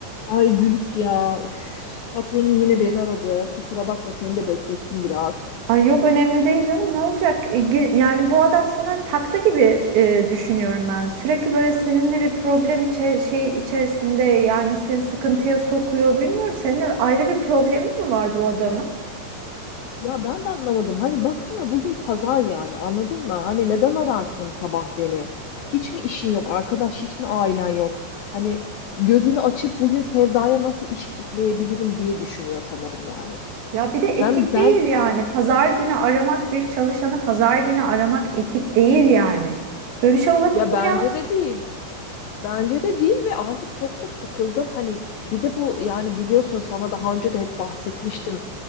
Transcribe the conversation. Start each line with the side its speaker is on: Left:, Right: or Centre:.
Left: Ay Gülis ya. üf, patronum yine beni aradı. Kusura bakma seni de beklettim biraz.
Right: Ay yok önemli değil canım ne olacak? E, gir- Yani bu adam sana taktı gibi e, düşünüyorum ben. Sürekli böyle seninle bir problem içe- şey içerisinde yani seni sıkıntıya sokuyor. Bilmiyorum seninle ayrı bir problemi mi var bu adamın?
Left: Ya ben de anlamadım. Hani baksana bugün pazar yani anladın mı? Hani neden ararsın sabah beni? Hiç mi işin yok arkadaş? Hiç mi ailen yok? Hani gözünü açıp bugün Sevda'ya nasıl iş kitleyebilirim diye düşünüyor sanırım yani.
Right: Ya bir de etik
Left: Ben ben
Right: değil yani. Pazar günü aramak bir çalışanı pazar günü aramak etik değil yani. Böyle bir şey olabilir
Left: ya
Right: mi
Left: bence
Right: ya?
Left: de değil. Bence de değil ve artık çok da sıkıldım. Hani bir de bu yani biliyorsun sana daha önce de hep bahsetmiştim.